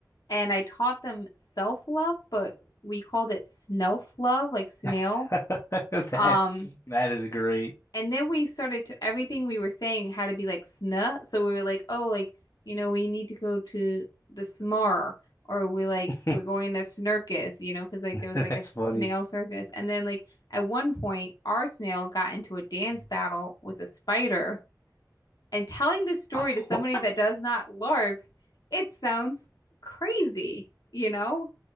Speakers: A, on the left (about 65°); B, on the left (about 45°).
A: and I taught them self-love, but we called it snelf love, like snail.
B: <laughs> That's
A: Um,
B: that is great.
A: And then we started to everything we were saying had to be like snuh. So we were like, oh, like, you know, we need to go to the smar or we like
B: <laughs>
A: we're going to snurkis, you know, because like there was
B: That's
A: like a snail
B: funny.
A: circus. And then like at one point our snail got into a dance battle with a spider and telling this story
B: <laughs>
A: to somebody that does not LARP, it sounds crazy, you know?